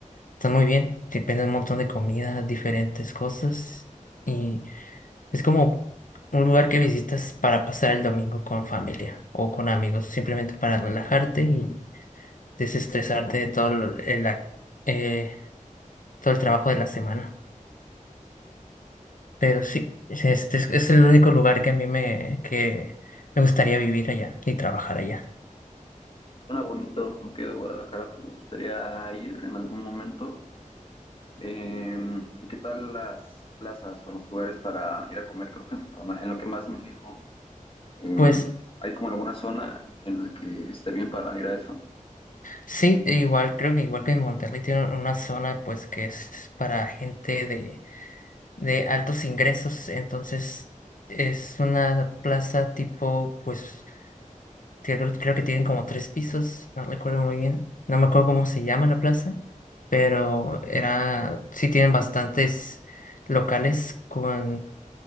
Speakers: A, on the left (about 75°); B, on the left (about 40°).
A: están muy bien. Te venden un montón de comida, diferentes cosas. y Es como un lugar que visitas para pasar el domingo con familia o con amigos, simplemente para relajarte y desestresarte de todo lo- el, ac- eh, todo el trabajo de la semana. Pero sí, es- este es, es el único lugar que a mí me, que me gustaría vivir allá y trabajar allá.
B: Suena bonito, no queda Guadalajara, pero me gustaría ir en algún momento. Eh, ¿y qué tal las plazas o los lugares para ir a comer? Creo que es como en lo que más me fijo Eh,
A: Pues
B: ¿hay como alguna zona en la que esté bien para ir a eso?
A: sí, e igual creo que igual que en Monterrey tiene una zona pues que es para gente de, de altos ingresos, entonces es una plaza tipo pues que Creo, creo que tienen como tres pisos, no recuerdo muy bien. No me acuerdo cómo se llama la plaza, pero era, sí tienen bastantes locales con